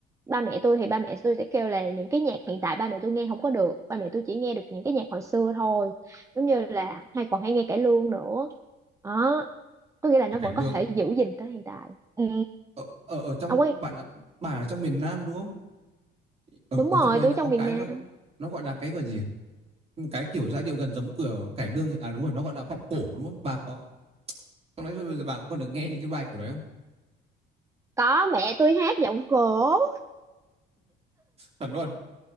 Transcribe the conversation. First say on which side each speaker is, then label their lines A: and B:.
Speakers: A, on the right (about 15°); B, on the right (about 30°).
A: ba mẹ tôi thì ba mẹ tôi sẽ kêu là những cái nhạc hiện tại ba mẹ tôi nghe không có được ba mẹ tôi chỉ nghe được những cái nhạc hồi xưa thôi giống như là hay còn hay nghe cải lương nữa đó có nghĩa là nó
B: Ok,
A: vẫn
B: nương
A: có thể giữ gìn tới hiện tại ừ
B: ở ở ở trong
A: ông ấy
B: bạn ạ, bà ở trong miền Nam đúng không? Ở
A: đúng
B: ở
A: rồi
B: trong đấy
A: tôi
B: nó
A: ở
B: có
A: trong
B: cái
A: miền Nam
B: nó nó gọi là cái gọi gì? Một cái kiểu giai điệu gần giống của cải lương à đúng rồi nó gọi là vọng cổ đúng không? Bà có trong đấy bây giờ bà có được nghe những cái bài kiểu đấy không?
A: có mẹ tôi hát giọng cổ
B: Thật luôn.